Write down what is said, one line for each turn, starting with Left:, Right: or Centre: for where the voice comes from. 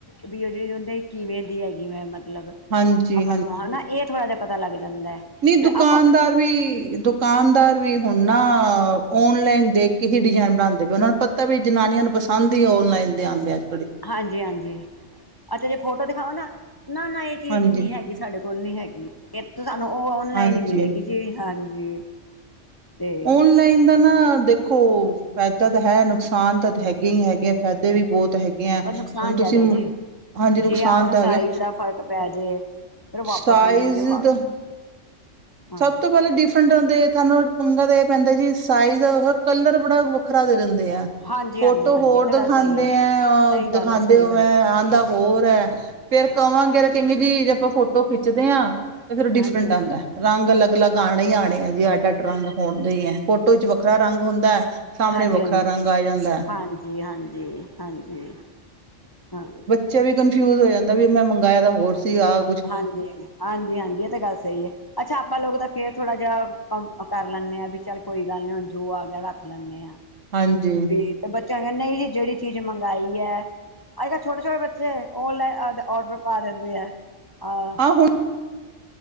Left: ਵੀ ਔ ਜਿੜੀ ਉਦੀਂ ਕਿਵੇਂ ਦੀ ਹੈਗੀ ਮੈਂ ਮਤਲਬ
Right: ਹਾਂਜੀ,
Left: ਆਪਾਂ ਨੂੰ ਹੈਨਾ ਏ ਥੋੜ੍ਹਾ ਜਾ ਪਤਾ ਲੱਗ ਜਾਂਦਾ।
Right: ਨੀ
Left: ਫਿਰ
Right: ਦੁਕਾਨਦਾਰ
Left: ਆਪਾਂ
Right: ਵੀ ਦੁਕਾਨਦਾਰ ਵੀ ਹੁਨ ਨਾ ਔਨਲਾਈਨ ਦੇਖ ਕੇ ਹੀ ਡਿਜ਼ਾਇਨ ਬਣਾਦੇ ਪਏ ਉਨਾ ਨੂੰ ਪਤਾ ਤਵੀ ਜਨਾਨੀਆਂ ਨੂੰ ਪਸੰਦ ਹੀ ਔਨਲਾਈਨ ਦੇ ਆਂਦੇ ਅਜ
Left: ਹਾਂਜੀ-ਹਾਂਜੀ ਅੱਛਾ ਜੇ ਫੋਟੋ ਦਿਖਾਵਾ ਨਾ ਨਾ-ਨਾ ਏ ਚੀਜ਼
Right: ਹਾਂਜੀ,
Left: ਨੀ ਹੈਗੀ ਸਾਡੇ ਕੋਲ ਕੋਲ ਨੀ ਹੈਗੀ ਇਹ ਸਾਨੂੰ ਔਨਲਾਈਨ
Right: ਹਾਂਜੀ।
Left: ਈ ਮਿਲੇ਼ਗੀ ਜੀ ਹਾਂਜੀ। ਤੇ
Right: ਔਨਲਾ ਲਾਈਨ ਦਾ ਨਾ ਦੇਖੋ ਫੈਦਾ ਤਾਂ ਹੈ, ਨੁਕਸਾਨ ਤਾਂ ਹੈਗੇ ਈ ਹੈਗੇ ਫਾਇਦੇ ਵੀ ਬੋਤ ਹੈਗੇ ਏ
Left: ਪਰ ਨੁਕਸਾਨ
Right: ਹੁਨ ਤੁਸੀਂ
Left: ਜ਼ਿਆਦਾ ਜੀ
Right: ਹਾਂਜੀ ਨੁਕਸਾਨ
Left: ਜੇ ਆਪਾਂ ਨੂੰ
Right: ਤਾਂ
Left: ਸਾਈਜ਼
Right: ਹੈਗਾ
Left: ਦਾ ਫ਼ਰਕ ਪੈ ਜੇ ਫਿਰ ਵਾਪਸ
Right: ਸਾਈਜ਼
Left: ਨਹੀਂ ਜੇ ਵਾ
Right: ਦ
Left: ਹਾਂ
Right: ਸਭ ਤੋਂ ਪੈਲੇ ਡਿਫ <unintelligible> ਪੰਗਾ ਤੇ ਏ ਪੈਂਦਾ ਜੀ ਸਾਈਜ਼ ਕਲਰ ਬੜਾ ਵੱਖਰਾ ਦੇ ਦੇਂਦੇਂ ਐ।
Left: ਹਾਂਜੀ
Right: ਫੋਟੋ
Left: ਹਾਂਜੀ ਹਾਂਜੀ
Right: ਹੋਰ
Left: ਇਹ ਤਾਂ
Right: ਦਿਖਾਦੇਂ
Left: ਗੱਲ ਸਹੀ ਹੈ
Right: ਐ ਓ
Left: ਸਹੀ ਗੱਲ
Right: ਦਿਖਾਦੇਂ
Left: ਹੈ ਸਹੀ
Right: ਉਵੇ
Left: ਗੱਲ
Right: ਆਂਦਾ ਹੋਰ ਐ ਫੇਰ ਕਵਾਂਗੇ ਕਿੰਗ ਜੀ ਜੇ ਆਪਾਂ ਫੋਟੋ ਖਿੱਚਦੇ ਆ ਤੇ ਫੇਰ ਔ ਡਿਫਰੈਂਟ
Left: ਹਾਂਜੀ ਹਾਂ
Right: ਆਂਦਾ। ਰੰਗ ਅਲੱਗ-ਅਲੱਗ ਆਣੇ ਈ ਆਣੇ ਆ ਜੀ ਅੱਡ ਅੱਡ ਰੰਗ ਹੋਨਦੇ ਈ ਐ ਫੋਟੋ 'ਚ ਵੱਖਰਾ ਰੰਗ ਹੁੰਦਾ। ਸਾਹਮਣੇ
Left: ਹਾਂਜੀ-ਹਾਂਜੀ,
Right: ਵੱਖਰਾ ਰੰਗ ਆ ਜਾਂਦਾ
Left: ਹਾਂਜੀ-ਹਾਂਜੀ, ਹਾਂਜੀ ਹਾਂ।
Right: ਚ ਵੀ ਕੰਨਫਿਊਜ ਹੋ ਜਾਂਦਾ ਵੀ ਮੈਂ ਮੰਗਾਇਆ ਤਾ ਹੋਰ ਸੀਗਾ ਆ
Left: ਹਾਂਜੀ-ਹਾਂਜੀ, ਹਾਂਜੀ ਏ ਤੇ ਗੱਲ ਸਈ ਐ। ਅੱਛਾ, ਆਪਾਂ ਲੋਗ ਤਾਂ ਫੇਰ ਥੋੜਾ ਜਿਆ ਕੰਮ ਕਰ ਲੈਂਨੇ ਆ ਵੀ ਚੱਲ ਕੋਈ ਗੱਲ ਨੀ ਹੁਨ ਜੋ ਆ ਗਿਆ ਰੱਖ ਲੈਨੇ ਆ।
Right: ਹਾਂਜੀ।
Left: ਤੇ ਬੱਚਿਆਂ ਕੈਨੇ ਨਈ ਜੀ ਜੇੜੀ ਚੀਜ਼ ਮੰਗਾਈ ਐ ਅੱਜ ਕੱਲ੍ਹ ਛੋਟੇ-ਛੋਟੇ ਬੱਚੇ ਔਨਲੈਨ ਆਦ ਓਡਰ ਪਾ ਦਿੰਦੇ ਐ ਅ
Right: ਆਹ ਹੁਣ